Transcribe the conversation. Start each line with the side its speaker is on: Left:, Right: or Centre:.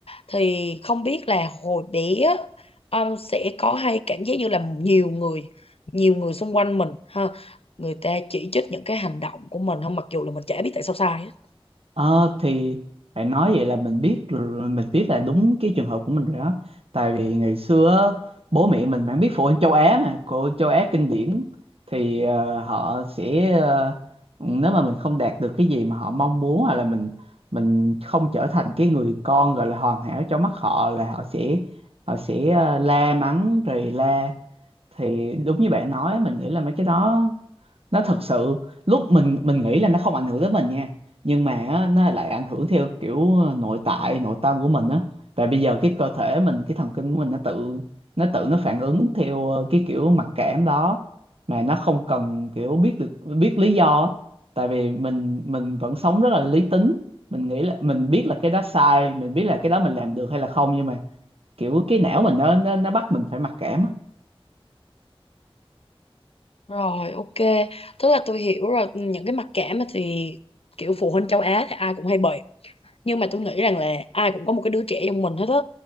Left: thì không biết là hồi bé á, ông sẽ có hay cảm giác như là nhiều người nhiều người xung quanh mình ha người ta chỉ trích những cái hành động của mình không mặc dù là mình chả biết tại sao sai hết.
Right: Ờ thì bạn nói vậy là mình biết rồi- mình biết là đúng cái trường hợp của mình rồi đó tại vì ngày xưa á, bố mẹ mình bạn biết phụ huynh châu Á mà cô châu Á kinh điển thì ờ, họ sẽ ờ, nếu mà mình không đạt được cái gì mà họ mong muốn hoặc là mình mình không trở thành cái người con gọi là hoàn hảo trong mắt họ là họ sẽ họ sẽ ờ, la mắng rồi la thì đúng như bạn nói mình nghĩ là mấy cái đó nó thật sự lúc mình mình nghĩ là nó không ảnh hưởng tới mình nha nhưng mà á, nó lại ảnh hưởng theo kiểu ờ, nội tại nội tâm của mình á và bây giờ cái cơ thể mình cái thần kinh của mình nó tự nó tự nó phản ứng theo ờ, cái kiểu mặc cảm đó mà nó không cần kiểu biết được biết lý do á. tại vì mình mình vẫn sống rất là lý tính mình nghĩ là mình biết là cái đó sai mình biết là cái đó mình làm được hay là không nhưng mà kiểu cái não mình nó nó, nó bắt mình phải mặc cảm á
Left: Rồi ok, tức là tôi hiểu rồi những cái mặc cảm á thì kiểu phụ huynh châu Á thì ai cũng hay bị nhưng mà tôi nghĩ rằng là ai cũng có một cái đứa trẻ trong mình hết á